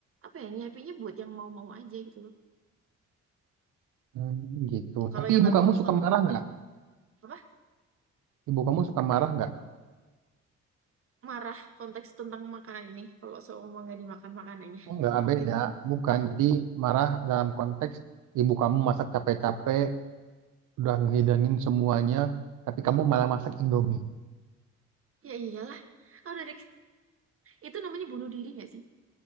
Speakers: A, on the right; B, on the right.
A: apa ya nyiapinnya buat yang mau-mau aja gitu loh.
B: Hmm, gitu.
A: Kalau
B: Tapi
A: yang
B: ibu
A: nggak
B: kamu
A: mau
B: suka
A: kalau
B: marah nggak?
A: apa
B: Ibu kamu suka marah nggak?
A: marah konteks tentang makanan ini kalau seumpama nggak dimakan makanannya
B: Enggak, beda.
A: Gitu gimana?
B: Bukan. Jadi marah dalam konteks ibu kamu masak capek-capek, udah ngehidangin semuanya, tapi kamu malah masak Indomie.
A: ya iyalah oh, dari itu namanya bunuh diri nggak sih